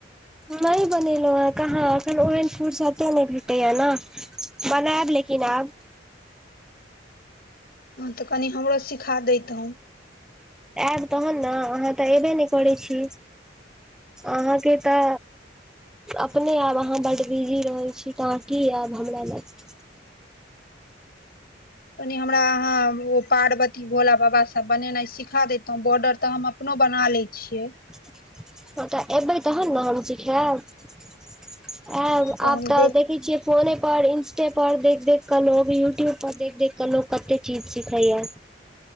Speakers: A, in the centre; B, on the left.
A: नहि बनेलहुँं है कहाँ एखर ओहन फूरसते नहि भेटैया ने बनायब लेकिन आब।
B: हँ तऽ कनि हमरो सिखा देैतव।
A: आयब तहन ने अहाँ तऽ एबे नहि करैत छी अहाँके त अपने आब अहाँ बड्ड बिजी रहै छी त अहाँ की आयब हमरा लग।
B: कनि हमरा अहाँ ओ पार्वती भोला बाबा सभ बनेनाई सिखा देैतहुँ बॉर्डर त हम अप अपनो बना लै छियै।
A: <inaudible> ह त एबै तहन ने हम सिखायब आयब
B: तऽ
A: आब
B: हम
A: त
B: देख
A: देखै छियै फोने पर इंस्टे पर देख देख क लोग यूट्यूब पर देख क लोग कते चीज सिखैया।